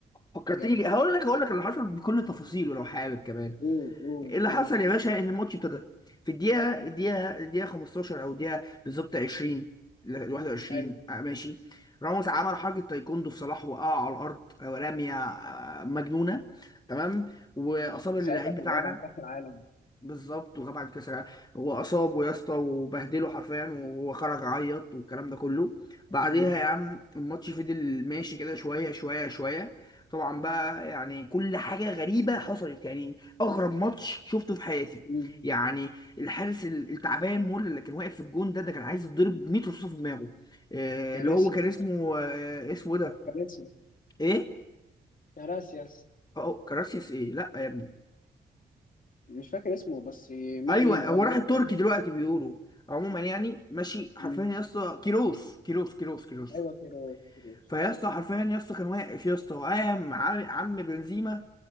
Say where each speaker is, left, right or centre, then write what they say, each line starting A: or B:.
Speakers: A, on the left (about 20°); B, on the left (about 50°).
A: فكرتني
B: يلا
A: ليه هقول لك هقول لك اللي حصل بكل تفاصيله لو حابب كمان
B: قول قول
A: اللي
B: قول
A: حصل يا باشا ان الماتش ابتدى في الدقيقه الدقيقه الدقيقه 15 او الدقيقه بالظبط 20 ل 21
B: ايوه
A: آه ماشي راموس عمل حركه تايكوندو في صلاح وقع على الارض آه، رميه آه، مجنونه تمام واصاب
B: وساعتها
A: اللعيب
B: كان
A: بتاعنا
B: غاب عن كاس العالم
A: بالظبط وغاب عن كاس العالم هو اصابه يا اسطى وبهدله حرفيا وهو
B: مم.
A: خرج عيط والكلام ده كله بعديها
B: مم.
A: يا عم الماتش فضل ماشي كده شويه شويه شويه طبعا بقى يعني كل حاجه غريبه حصلت يعني اغرب ماتش شفته في حياتي
B: مم.
A: يعني الحارس ال- التعبان مول اللي كان واقف في الجون ده ده كان عايز يتضرب 100 رصاصه في دماغه آه،
B: كارثيا
A: اللي هو كان اسمه آه، اسمه إيه ده
B: كاراسيا
A: ايه
B: كاراسياس
A: اه كراسياس ايه لا يا ابني
B: مش فاكر اسمه بس ما
A: ايوه
B: علينا هو
A: هو
B: دلوقتي
A: راح التركي
B: تقريباً-
A: دلوقتي بيقولوا عموما يعني ماشي حرفيا
B: مم.
A: يا اسطى كيروس كيروس كيروس كيروس
B: ايوه كيروس كيروس
A: فيا اسطى حرفيا يا اسطى كان واقف يا اسطى وقام عم عم بنزيما